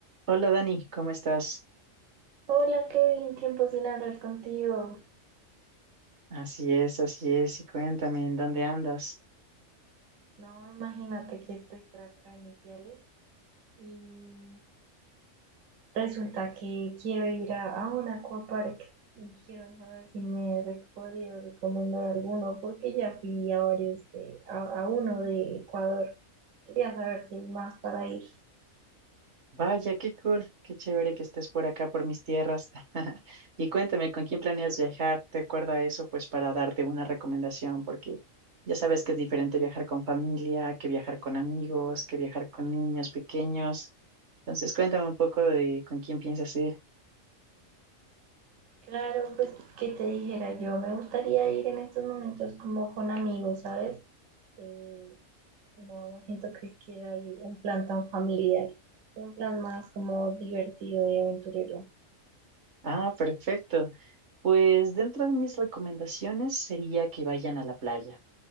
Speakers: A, on the right; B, on the right.
A: Hola Dani, ¿cómo estás?
B: Hola Kevin, tiempo sin hablar contigo.
A: Así es, así es, y cuéntame, ¿en dónde andas?
B: No, imagínate que estoy por acá en Ipiales y resulta que quiero ir a, a un aquapark y quiero saber si me re- podrías recomendar alguno porque ya fui a varios de, a, a uno de Ecuador. Quería saber si hay más para ir.
A: Vaya, qué cool, qué chévere que estés por acá, por mis tierras. <laughs> Y cuéntame, ¿con quién planeas viajar? ¿Te acuerdas eso? Pues para darte una recomendación, porque ya sabes que es diferente viajar con familia, que viajar con amigos, que viajar con niños pequeños. Entonces, cuéntame un poco de con quién piensas ir.
B: Claro, pues que te dijera yo, me gustaría ir en estos momentos como con amigos, ¿sabes? Eh, No, siento que es que hay un plan tan familiar, un plan más como divertido y aventurero.
A: Ah, perfecto. Pues dentro de mis recomendaciones sería que vayan a la playa.